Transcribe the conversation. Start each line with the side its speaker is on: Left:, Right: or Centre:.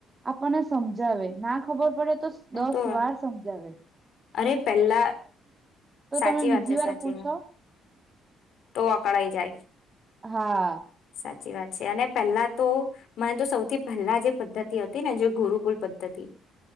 Right: આપણને સમજાવે ના ખબર પડે તો દસ
Left: એમ તો
Right: વાર હવે
Left: અરે પેલા
Right: તો
Left: સાચી
Right: તમે બીજી
Left: વાત છે
Right: વાર
Left: સાચી
Right: પૂછો
Left: વા તો અકળાઈ જાય.
Right: હા.
Left: સાચી વાત છે અને પહેલા તો મને તો સૌથી પહેલા જે પદ્ધતિ હતી ને જે ગુરુકુલ પદ્ધતિ